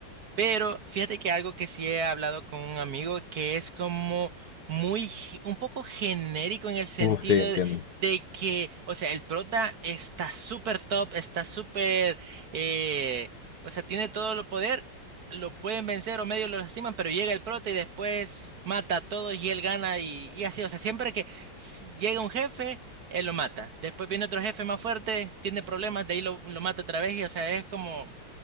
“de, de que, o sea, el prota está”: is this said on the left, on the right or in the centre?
Right